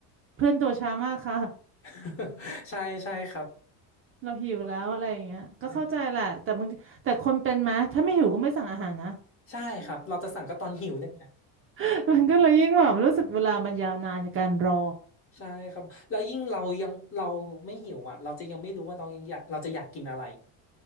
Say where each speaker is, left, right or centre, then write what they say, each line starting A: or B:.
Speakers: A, on the right (about 30°); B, on the left (about 30°).
A: เพื่อนตัวช้ามากค่ะ
B: <laughs> ใช่ใช่ครับ
A: เราหิวแล้วอะไรอย่างเงี้ยก็เข้าใจแหละแต่บางทีแต่คนเป็นไหมถ้าไม่หิวก็ไม่สั่งอาหารนะ
B: นะใช่ครับเราจะสั่งก็ตอนหิวเนี่ยนะ
A: <laughs> มันก็เลยยิ่งแบบรู้สึกเวลามันยาวนานในการรอ
B: ใช่ครับแล้วยิ่งเรายังเราไม่หิวอ่ะเราจะยังไม่รู้ว่าเรายังอยากเราจะอยากกินอะไร